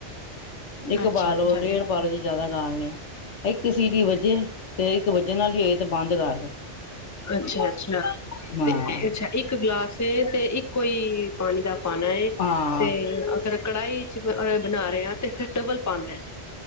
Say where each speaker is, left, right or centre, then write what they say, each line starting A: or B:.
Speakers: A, on the left; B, on the left.
A: ਇੱਕ
B: ਅੱਛਾ
A: ਪਾਲੋ,
B: ਅੱਛਾ
A: ਡੇਢ ਪਾਲੋ ਜੇ ਜ਼ਿਆਦਾ ਗਾਲਣੇ ਆ। <unintelligible> ਸੀਟੀ ਵੱਜੇ ਤੇ ਇੱਕ ਵੱਜਣ ਨਾਲ ਹੀ ਬੰਦ ਕਰ ਦਿਉ।
B: ਅੱਛਾ, ਅੱਛਾ
A: ਹਾਂ
B: ਤੇ ਅੱਛਾ ਇੱਕ ਗਲਾਸ ਤੇ ਇੱਕੋ ਹੀ ਪਾਣੀ ਦਾ ਪਾਣਾ ਏ
A: ਹਾਂ।
B: ਤੇ ਅਗਰ ਕੜਾਹੀ ਚ ਬਣਾ ਰਹੇ ਹਾਂ ਤੇ ਫਿਰ ਟਬਲ ਪਾ ਰਹੇ